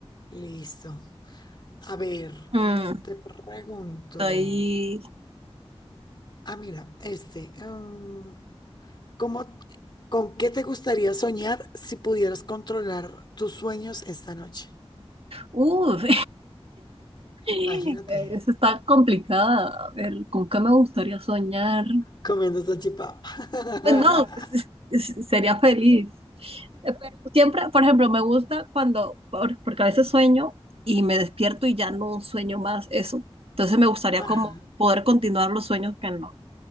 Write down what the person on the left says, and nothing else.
Listo. A ver,
mm, te pregunto.
Ah, mira, este. em, ¿Cómo, con qué te gustaría soñar si pudieras controlar tus sueños esta noche?
Imagínate,
comiendo salchipapa. <laughs>
Ajá,